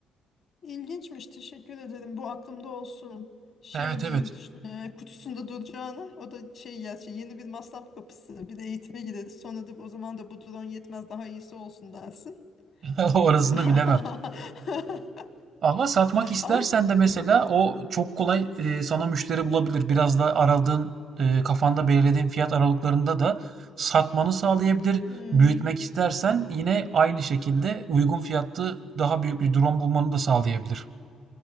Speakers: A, on the left (about 65°); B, on the right (about 65°).
A: ilginçmiş teşekkür ederim bu aklımda olsun. Şey
B: Evet
A: değil
B: evet.
A: ş- e, kutusunda duracağını o da şey gerçi yeni bir masraf kapısı bir de eğitime gideriz sonra da o zaman da bu drone yetmez daha iyisi olsun dersin.
B: <laughs> Orasını
A: <laughs>
B: bilemem. Ama satmak istersen
A: Ama işte,
B: de mesela o çok kolay e, sana müşteri bulabilir. Biraz da aradığın, e, kafanda belirlediğin fiyat aralıklarında da satmanı sağlayabilir.
A: hmm,
B: Büyütmek istersen yine aynı şekilde uygun fiyatlı daha büyük bir drone bulmanı da sağlayabilir.